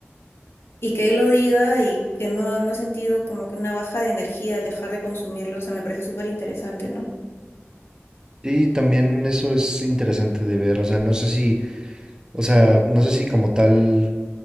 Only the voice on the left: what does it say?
y que él lo diga y que no, no ha sentido como que una baja de energía al dejar de consumirlo, o sea, me parece súper interesante, ¿no?